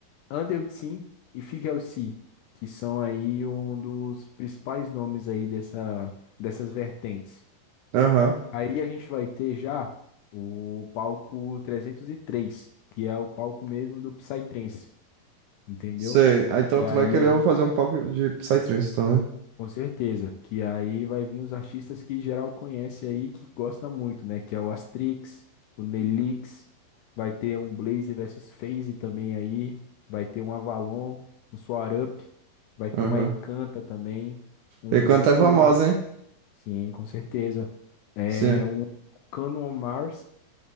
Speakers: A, on the left; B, on the right.
A: Andel Tsin e Figel Si, que são aí um dos principais nomes aí dessa, dessas vertentes.
B: Aham.
A: Aí a gente vai ter já o palco 303, que é o palco mesmo do Psytrance, entendeu?
B: Sei. Ah, Então,
A: E
B: tu
A: aí
B: vai querer
A: a gente
B: eu fazer um palco de Psytrance, então, né?
A: Com certeza, que aí vai vir os artistas que geral conhece aí, que gosta muito, né? Que é o Astrix, o Nelix, vai ter um Blaze versus FaZe também aí, vai ter um Avalon, um Swarup, vai ter
B: Aham.
A: uma Ecanta também, um
B: E canta
A: Vulcano,
B: é famosa, hein?
A: sim, com certeza. É
B: Sim.
A: um Vulcano on Mars